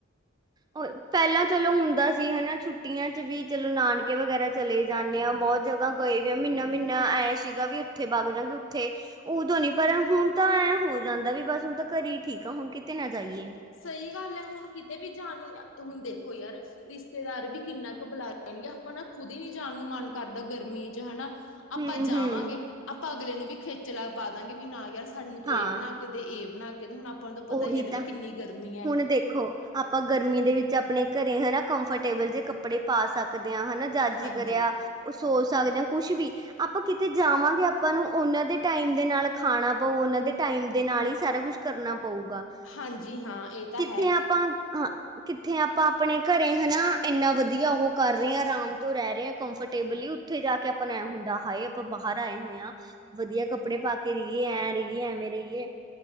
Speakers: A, on the right; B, on the left.
A: ਪਹਿਲਾਂ ਚਲੋ ਹੁੰਦਾ ਸੀ ਹਨਾ, ਛੁੱਟੀਆਂ 'ਚ ਵੀ ਚਲੋ ਨਾਨਕੇ ਵਗੈਰਾ ਚਲੇ ਜਾਂਨੇ ਆ, ਬਹੁਤ ਜਗ੍ਹਾ ਗਏ ਵੀ ਆ। ਮਹੀਨਾ-ਮਹੀਨਾ ਐਂ ਸੀਗਾ ਵੀ ਉੱਥੇ ਬਗਜਾ ਗੇ, ਉੱਥੇ ਉਦੋਂ ਨੀ, ਪਰ ਹੁਣ ਤਾਂ ਐਂ ਹੋ ਜਾਂਦਾ ਵੀ, ਬਸ ਹੁਣ ਤਾਂ ਘਰੇ ਈ ਠੀਕ ਆ, ਹੁਣ ਕਿਤੇ ਨਾ ਜਾਈਏ।
B: ਸਹੀ ਗੱਲ ਐ, ਹੁਣ ਕਿਤੇ ਵੀ ਜਾਣ ਨੂੰ, ਹੁਣ ਦੇਖੋ ਯਾਰ ਰਿਸ਼ਤੇਦਾਰ ਵੀ ਕਿੰਨਾ ਕੁ ਬੁਲਾ ਲੈਣਗੇ, ਆਪਾਂ ਨਾ ਖੁਦ ਹੀ ਨੀ ਜਾਣ ਨੂੰ ਮਨ ਕਰਦਾ ਗਰਮੀ'ਚ ਹਨਾ। ਆਪਾਂ
A: ਹੂੰ-ਹੂੰ
B: ਜਾਵਾਂਗੇ, ਆਪਾਂ ਅਗਲੇ ਨੂੰ ਵੀ ਖੇਚਲਾ ਚ ਪਾ ਦਾਂਗੇ ਵੀ ਨਾ ਯਾਰ, ਸਾਨੂੰ ਤੂੰ
A: ਹਾਂ
B: ਇਹ ਬਣਾ। ਕਦੇ ਇਹ ਬਣਾ ਕੇ ਦੋ, ਹੁਣ ਆਪਾਂ ਨੂੰ ਤਾਂ ਪਤਾ
A: ਉਹੀ
B: ਈ ਆ ਨਾ ਵੀ
A: ਤਾਂ
B: ਕਿੰਨੀ ਗਰਮੀ ਹੈ
A: ਹੁਣ ਦੇਖੋ, ਆਪਾਂ ਗਰਮੀ ਦੇ ਵਿੱਚ ਆਪਣੇ ਘਰੇ ਹਨਾ, ਕੰਫਰਟੇਬਲ ਜੇ ਕੱਪੜੇ ਪਾ ਸਕ ਸਕਦੇ ਆਂ ਹਨਾ, ਜਦ ਜੀ
B: ਹਾਂਜੀ
A: ਕਰਿਆ ਉਹ ਸੋਚ ਸਕਦੇ ਹਾਂ ਕੁਛ ਵੀ। ਆਪਾਂ ਕਿਤੇ ਜਾਵਾਂਗੇ, ਆਪਾਂ ਨੂੰ ਉਹਨਾਂ ਦੇ ਟਾਈਮ ਦੇ ਨਾਲ ਖਾਣਾ ਪਓ, ਉਹਨਾ ਦੇ ਟਾਈਮ ਦੇ ਨਾਲ ਹੀ ਸਾਰਾ ਕੁਛ ਕਰਨਾ ਪਊਗਾ,
B: ਹਾਂਜੀ ਹਾਂ ਇਹ ਤਾਂ
A: ਕਿੱਥੇ
B: ਹੈ
A: ਆਪਾਂ ਹ ਕਿੱਥੇ ਆਪਾਂ ਆਪਣੇ ਘਰੇ ਹਨਾ, ਇੰਨਾ ਵਧੀਆ ਉਹ ਕਰ ਰਹੇ ਹਾਂ, ਆਰਾਮ ਤੋਂ ਰਹਿ ਰਹੇ ਹਾਂ, ਕੰਫਰਟੇਬਲੀ ਉੱਥੇ ਜਾ ਕੇ ਆਪਾਂ ਨੇ ਹੁੰਦਾ, ਹਾਏ ਆਪਾਂ ਬਾਹਰ ਆਏ ਹੋਏ ਹਾਂ। ਵਧੀਆ ਕੱਪੜੇ ਪਾ ਕੇ ਰਹੀਏ, ਐਂ ਰਹੀਏ, ਐਵੇਂ ਰਹੀਏ।